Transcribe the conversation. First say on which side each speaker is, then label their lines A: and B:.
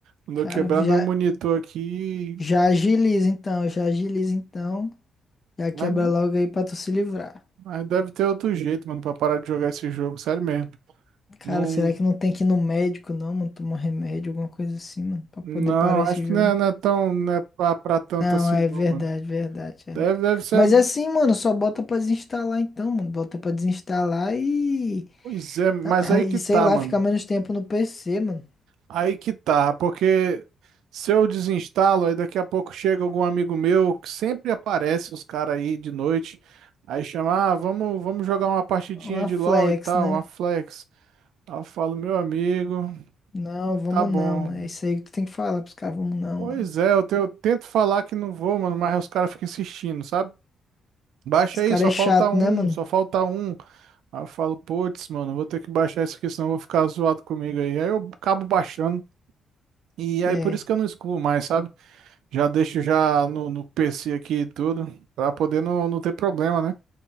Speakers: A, on the right; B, on the left.
A: Quando
B: Cara,
A: eu quebrar
B: já,
A: meu monitor aqui.
B: já agiliza então, já agiliza então. Já quebra
A: Mas,
B: logo aí pra tu se livrar.
A: mas deve ter outro jeito, mano, pra parar de jogar esse jogo. Sério mesmo.
B: Cara,
A: Não,
B: será que não tem que ir no médico, não, mano? Tomar remédio, alguma coisa assim, mano, pra
A: não,
B: poder parar
A: acho
B: esse
A: que
B: jogo.
A: não é, não é tão, não é pra, pra tanto
B: Não,
A: assim,
B: é
A: não,
B: verdade,
A: mano.
B: verdade, verdade.
A: Deve, deve ser,
B: Mas é assim, mano, só bota pra desinstalar então, mano. Bota pra desinstalar e. <clears throat>
A: pois é, mas aí
B: E
A: que tá,
B: sei lá,
A: mano.
B: ficar menos tempo no PC, mano.
A: Aí que tá, porque se eu desinstalo, aí daqui a pouco chega algum amigo meu que sempre aparece os caras aí de noite, aí chama, ah, vamos, vamos jogar uma partidinha
B: Uma
A: de
B: flex,
A: LoL e tal,
B: né?
A: uma flex. Aí eu falo, meu amigo,
B: Não, vamos
A: tá bom.
B: não, mano. É isso aí que tu tem que falar pros caras, vamos não,
A: Pois
B: mano.
A: é, eu, te- eu tento falar que não vou, mano, mas os caras ficam insistindo, sabe? Baixa
B: Os caras
A: aí, só
B: é
A: falta
B: chato,
A: um,
B: né, mano?
A: só falta um. Aí eu falo, putz, mano, vou ter que baixar isso aqui, senão eu vou ficar zoado comigo aí. Aí eu acabo baixando. E aí
B: É.
A: por isso que eu não excluo mais, sabe? Já deixo já no, no PC aqui e tudo, pra poder não, não ter problema, né?